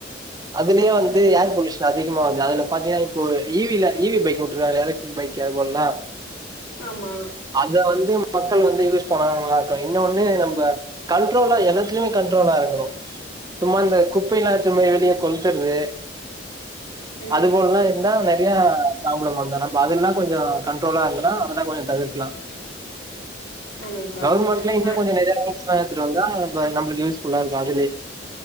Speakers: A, on the right (about 20°); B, on the left (about 80°).
A: அதுலயே வந்து
B: நல்லது
A: ஏர் பொலிஷன் அதிகமாகுது அதுல பாத்தீங்கன்னா இப்போ இவி ல இவி பைக் வுட்டுருக்காங்கலே எலக்ட்ரிக் பைக் அது போலலா
B: ஆம்மா
A: அத வந்து மக்கள் வந்து யூஸ் போனங்களாட்டு இன்னொன்னு நம்ப கண்ட்ரோலா எல்லாத்துலமே கண்ட்ரோலா இருக்கணு சும்மா இந்த குப்பைலா எடுத்துட்டு போய் வெளியே கொளுத்துறது
B: ம்
A: அதுபோலலா இருந்தா நெறையா ப்ராப்ளம் வந்தா நம்ப அதுல்லா கெஞ்ச கண்ட்ரோலா இருந்தா அதலா கெஞ்ச தவிர்கலா
B: ஆமாப்பா
A: கவர்மண்ட்லா இன்னொ
B: அ
A: கொஞ்ச நெறையா ரூல்ஸ்லா எடுத்துட்டு வந்தா இப்ப நம்மளுக்கு யூஸ் ஃபுல்லா இருக்கும் அதுலே